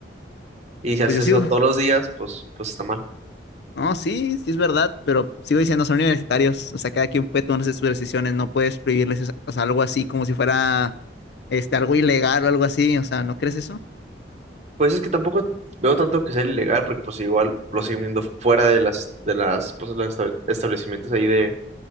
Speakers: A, on the right; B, on the left.
A: Y si haces
B: pues yo sigo,
A: eso todos los días, pues, pues está mal.
B: No, sí, sí es verdad, pero sigo diciendo, son universitarios, o sea, cada quien puede tomar sus sus decisiones, no puedes prohibirles esa- o sea, algo así como si fuera este, algo ilegal o algo así, o sea, ¿no crees eso?
A: Pues es que tampoco veo tanto que sea ilegal, porque pues igual lo siguen viendo fuera de las, de las, pues, los esta- establecimientos ahí de, de